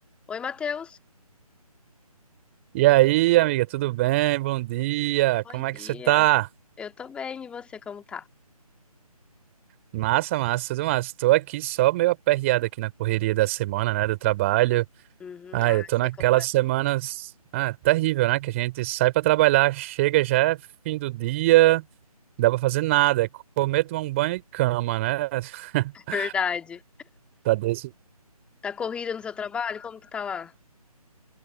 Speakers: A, in the centre; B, on the right (about 20°).
A: Oi, Matheus.
B: E aí, amiga, tudo bem? Bom dia.
A: Bom
B: Como é
A: dia.
B: que você tá?
A: Eu tô bem, e você como tá?
B: Massa, massa, tudo massa. Tô aqui só meio aperreado aqui na correria da semana, né, do trabalho.
A: Uhum.
B: Ah,
A: Ah,
B: eu tô naquelas
A: sei como é.
B: semanas, ah, terrível, né, que a gente sai pra trabalhar, chega já é fim do dia, não dá pra fazer nada, é comer, tomar um banho e cama, né? <laughs>
A: <laughs> Verdade.
B: Tá desse.
A: Tá corrida no seu trabalho? Como que tá lá?